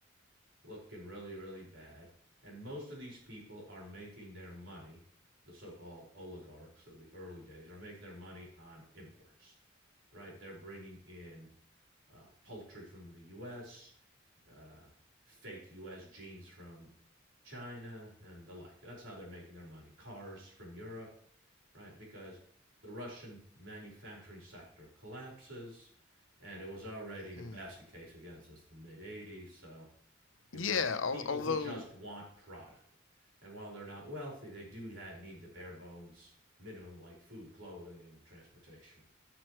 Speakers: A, on the right (about 70°); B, on the left (about 75°).
A: looking really, really bad. And most of these people are making their money, the so called oligarchs of the early days, are making their money on imports, right? They're bringing in uh, poultry from the US, uh, fake US jeans from China, and the like. That's how they're making their money. Cars from Europe, right? Because the Russian manufacturing sector collapses, and it was already in
B: Hmm.
A: a basket case again since the mid 80s. So You've
B: Yeah,
A: got
B: al-
A: people
B: although
A: who just want product. And while they're not wealthy, they do need the bare bones minimum, like food, clothing, and transportation.